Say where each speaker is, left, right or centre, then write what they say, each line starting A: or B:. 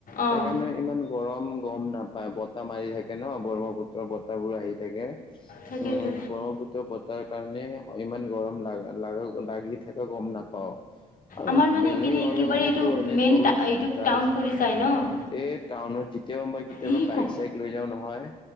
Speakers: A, on the left; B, on the left.
A: অঁ
B: সেইকাৰণে ইমান গৰম গম নাপায় বতাহ মাৰি থাকে ন ব্ৰহ্মপুত্ৰৰ বতাহবোৰ আহি থাকে। উম
A: তাকেইতো
B: ব্ৰহ্মপুত্ৰ ত' বতাৰ কাৰণে ইমান গৰম ল ল লাগি থাকা গম নাপাওঁ। আৰু
A: আমাৰ মানে
B: বেলেগ
A: ইপিনে
B: হ'লে
A: একেবাৰে
B: মানেতো
A: এইটো
B: এনে
A: মেইন
B: তলত
A: এইটো
B: গাছ
A: টাউন পৰি যায় ন
B: এই টাউনত যেতিয়াও মই কেতিয়াবা
A: এই
B: বাইক
A: ক
B: চাইক লৈ যাও নহয়।